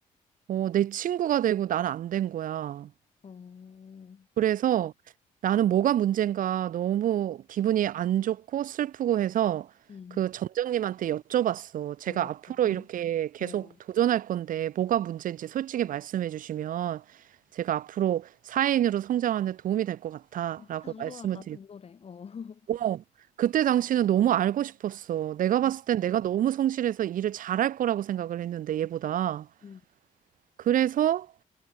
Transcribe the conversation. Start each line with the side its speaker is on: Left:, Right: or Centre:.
Right: 어, 내 친구가 되고 난 안 된 거야.
Left: 어,
Right: 그래서 나는 뭐가 문제인가 너무 기분이 안 좋고 슬프고 해서
Left: 음,
Right: 그 점장님한테 여쭤봤어. 제가
Left: 오,
Right: 앞으로
Left: 당,
Right: 이렇게 계속
Left: 어, 어,
Right: 도전할 건데 뭐가 문제인지 솔직히 말씀해 주시면 제가 앞으로 사회인으로 성장하는 데 도움이 될 것 같아라고
Left: 당돌하다,
Right: 말씀을
Left: 당돌해, 어, <laughs>
Right: 드렸고 그때 당시는 너무 알고 싶었어. 내가
Left: 음.
Right: 봤을 땐 내가 너무 성실해서 일을 잘할 거라고 생각을 했는데 얘보다.
Left: 음,
Right: 그래서